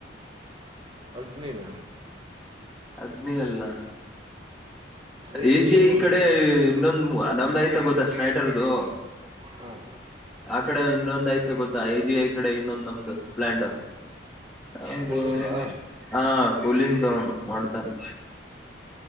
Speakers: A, on the right; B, in the centre.
A: ಅಗ್ನಿಿನ.
B: ಅಗ್ನಿ ಅಲ್ಲ
A: ಎ
B: ಎಜಿ
A: ಜಿ
B: ಐ
A: ಅಂತ
B: ಕಡೆ ಇನ್ನು ೊ್ ನಮ್ದು ಆಯ್ತ ಗೊತ್ತಾ ಸ್ನೈಟರ್ದು
A: ಹಾಂ
B: ಆ ಕಡೆ ಇನ್ನೊಂದ್ ಆಯ್ತ ಗೊತ್ತಾ ಜಿ ಐ ಕಡೆ ಇನ್ನೊಂದ್ ನಮ್ದು ಪ್ಲಾಂಟ್ ಹೌದು
A: ಕೂಲಿಂಗಾ
B: ಹ ಕುಲಿಂಗ್ದೋನು ಮಾಡ್ತಾನೆ.